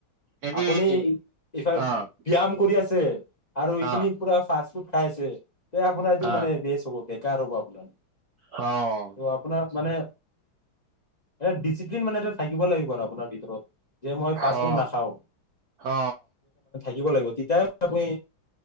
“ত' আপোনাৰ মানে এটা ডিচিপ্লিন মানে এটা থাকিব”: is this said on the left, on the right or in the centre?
Left